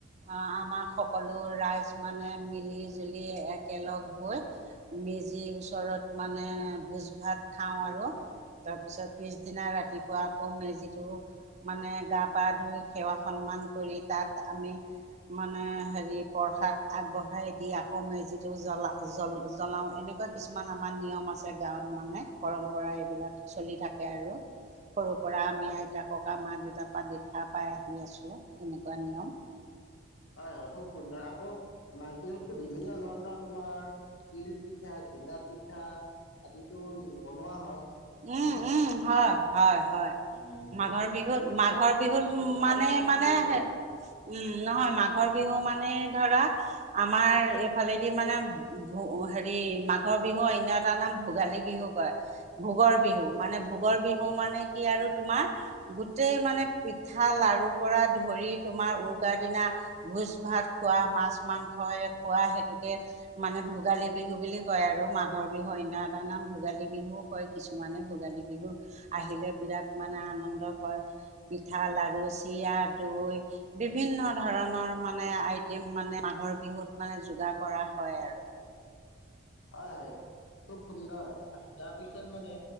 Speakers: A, on the right (about 35°); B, on the left (about 85°).
A: আহ আমাক সকলো ৰাইজ মানে মিলি জুলি একেলগ হৈ মেজি ওচৰত মানে ভোজ ভাত খাওঁ আৰু। তাৰপিছত পিছদিনা ৰাতিপুৱা আকৌ মেজিটো মানে গা পা ধুই সেৱা সন্মান। তাত আমি মানে হে প্ৰসাদ আগবঢ়াই দি আকৌ মেজিটো। জ জ্বলাও এনেকুৱা কিছুমান আমাৰ নিয়ম আছে গাঁৱত। মানে পৰম্পৰা এইবিলাক চলি থাকে আৰু। সৰুৰ পৰা আমি আইতা ককা মা দেউতা পা দি খা পাই আহি আছো এনেকুৱা নিয়ম।
B: উ <unintelligible> হয়-হয় খুব সুন্দৰ আকৌ মাঘ বিহুততো বিভিন্ন ধৰণৰ তোমাৰ তিল পিঠা। ঘিলা পিঠা আদিতো বনোৱা হয়।
A: উম-উম
B: হয়নে?
A: হয়-হয়-হয়,
B: উম ঢেঁকীত
A: মাঘৰ বিহুত
B: খুন্দা
A: মাঘৰ বিহুত উ
B: পিঠাৰ
A: মানে
B: সোৱাদেই
A: মানে
B: বেলেগ
A: উম নহয় মাঘ মাঘ বিহু মানে ধৰা আমাৰ এই ফালেদি মানে ভোগ হেৰি মাঘৰ বিহু অন্য এটাাৰ নাম ভোগালী বিহু কয়। ভোগৰ বিহু মানে ভোগৰ বিহু মানে কি আৰু তোমাৰ গোটেই মানে পিঠা লা ত পৰা ধৰি তোমাৰ উৰুকা দিনা ভোজ ভাত খোৱা মাছ মাংসে খোৱা। সেইটোকে মানে ভোগালী বিহু বুলি কয় আৰু মাঘৰ বিহু অন্য এটা নাম ভোগালী বিহুও কয়। কিছুমানে ভোগালী বিহু আহিলে বিৰাট মানে আনন্দ হয়। পিঠা লডাৰু চ হিয় দৈ বিভিন্ন ধৰণৰ মানে আইটেম মানে মাঘৰ বিহুত মানে যোগাৰ। কৰা হয় আৰু।
B: হয়-হয় খুব সুন্দৰ তাৰপিছত মানে